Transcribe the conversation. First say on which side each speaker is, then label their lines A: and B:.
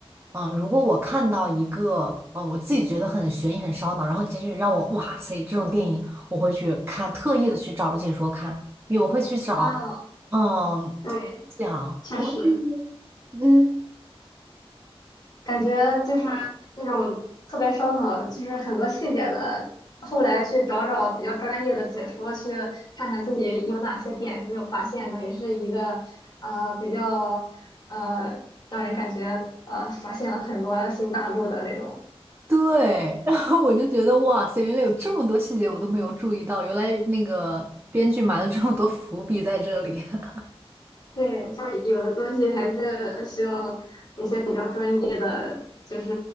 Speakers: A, on the right; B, on the left.
A: 嗯，如果我看到一个嗯我自己觉得很悬疑、很烧脑，然后结局让我哇塞这种电影，我会去看，特意的去找解说看，因为我会去找，
B: 啊，
A: 嗯，
B: 对，
A: 讲我会去
B: 确实，
A: 嗯。
B: 感觉就是那种特别烧脑，就是很多细节的。后来去找找比较专业的解说，去看看自己有哪些点是没有发现的，也是一个呃比较呃让人感觉呃发现了很多新大陆的那种
A: 对，<laughs> 然后我就觉得哇塞，原来有这么多细节我都没有注意到，原来那个编剧埋了这么多伏笔在这里。<laughs>
B: 对，就是有的东西还是需要一些比较专业的，就是